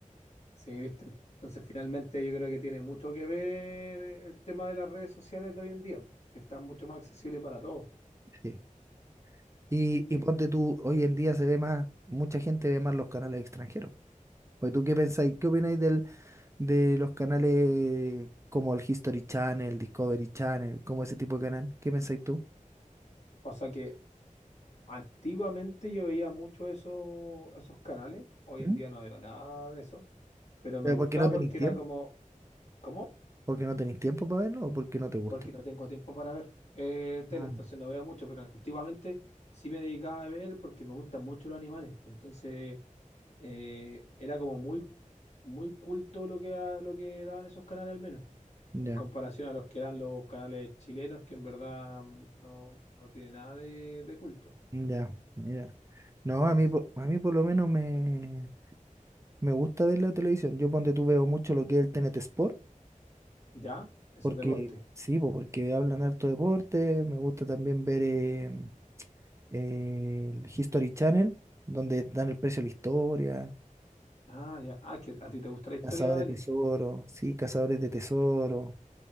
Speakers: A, on the left (about 55°); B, on the right (about 20°).
A: Sí, ¿viste? Entonces, finalmente yo creo que tiene mucho que ver el tema de las redes sociales de hoy en día, pues, que están mucho más accesibles para todos.
B: sí. Y,
A: Sí.
B: y ponte tú, hoy en día se ve más, mucha gente ve más los canales extranjeros. Pues tú qué pensáis, qué opináis del, de los canales como el History Channel, Discovery Channel, como ese tipo de canal? ¿Qué pensáis tú?
A: O sea que antiguamente yo veía mucho eso, esos canales, hoy
B: ¿Mm?
A: en día no veo nada de eso, pero
B: ¿Pero
A: me gustaba
B: por qué no tenéis
A: porque
B: tiempo?
A: era como, ¿cómo?
B: ¿Por qué no tenéis tiempo para verlo o por qué no te gusta?
A: Porque no tengo tiempo para ver eh, tele,
B: Ah,
A: entonces no veo mucho, pero antiguamente sí me dedicaba a ver porque me gustan mucho los animales, entonces eh, era como muy, muy culto lo que, ah, lo que daban esos canales al menos,
B: ya,
A: en comparación a los que dan los canales chilenos, que en verdad mm, no, no tiene nada de, de culto.
B: ya, mira. No,
A: No
B: a mí,
A: s-
B: po- a mí por lo menos me, me gusta ver la televisión. Yo ponte tú veo mucho lo que es el T N T Sport
A: ¿ya? Eso
B: Porque,
A: es deporte.
B: sí, po, porque hablan harto deporte, me gusta también ver em, eh, el History Channel, donde dan el precio a la historia,
A: Ah, ya. Ah, que a ti te gusta la historia,
B: cazadores
A: Denis.
B: de tesoro, sí, cazadores de tesoro,